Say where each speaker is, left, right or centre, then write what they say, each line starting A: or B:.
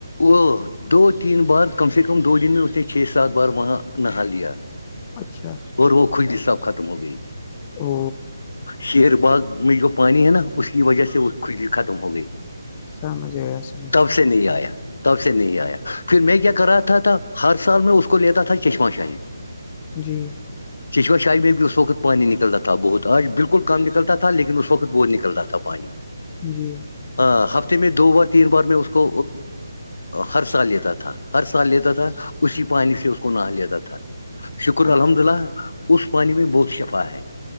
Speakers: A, on the left; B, on the left.
A: وہ دو تین بار کم سے کم دو دن میں اس نے چھ سات بار وہاں نہا لیا
B: اچھا
A: وہ خش صاب ختم ہو گئی
B: او
A: شیر باغ میں جو پانی ہے نا اس کی وجہ سے وہ کشل ختم ہو گئی
B: سمجھ آ گیا سمجھ
A: تب سے نہیں آیا تب سے نہیں آیا پھر میں کیا کر رہا تھا تھا ہر سال میں اس کو لیتا تھا چشمہ شاہی
B: جی
A: چشما شاہی میں بھی اس وقت پانی نکلتا تھا بہت آج بالکل کم نکلتا تھا لیکن اس وقت بہت نکلتا تھا پانی
B: جی
A: ہ ہفتے میں دو بار تین بار میں اس کو ہر سال لیتا تھا ہر سال لیتا تھا اسی پانی سے اس کو نہا لیتا تھا شکر الحمد
B: اچھا
A: للہ اس پانی میں بہت شفا ہے